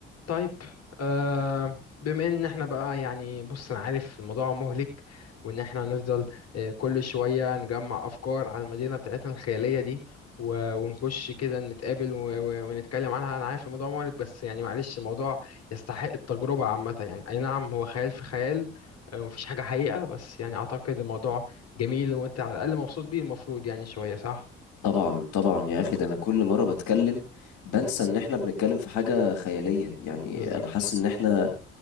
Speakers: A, on the left; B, on the left.
A: طيب آه بما ان احنا بقى يعني بص انا عارف الموضوع مهلك وان احنا هنفضل آه، كل شوية نجمع افكار على المدينة بتاعتنا الخيالية دي و- ونخش كده نتقابل و- و- ونتكلم عنها انا عارف الموضوع مهلك بس يعني معلش الموضوع يستحق التجربة عامة يعني اي نعم هو خيال في خيال آه، مفيش حاجة حقيقة بس يعني اعتقد الموضوع جميل وانت على الاقل مبسوط بيه المفروض يعني شوية صح؟
B: طبعا طبعا يا اخي ده انا كل مره بتكلم بنسى ان احنا بنتكلم في حاجه خياليه يعني
A: بالظبط
B: انا حاسس ان احنا